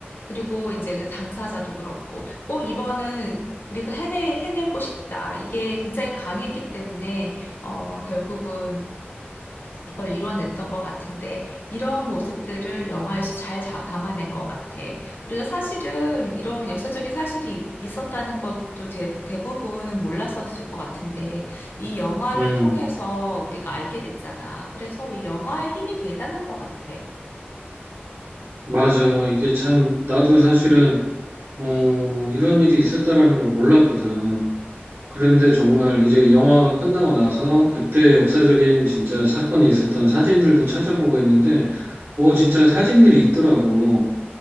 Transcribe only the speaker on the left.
그리고 이제 그 당사자도 그렇고, 꼭 이번은 우리가 해내, 해내고 싶다. 이게 굉장히 강했기 때문에, 어, 결국은 이걸 이뤄냈던 것 같은데, 이런 모습들을 영화에서 잘 자- 담아낸 것 같아. 우리가 사실은 이런 역사적인 사실이 있었다는 것도 대, 대부분 몰랐었을 것 같은데, 이 영화를
통해서 우리가 알게 됐잖아. 그래서 이 영화의 힘이 대단한 것 같아.